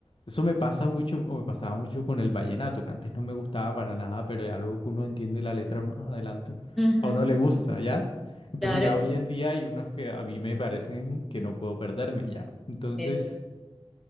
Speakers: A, on the left (about 55°); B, in the centre.
A: Eso me pasa mucho, o me pasaba mucho con el vallenato, que antes no me gustaba para nada, pero ya luego que uno entiende la letra más adelante,
B: Ujú,
A: a uno le gusta, ¿ya? Entonces
B: claro.
A: ya hoy en día hay unos que a mí me parecen que no puedo perderme ya. Entonces...
B: es-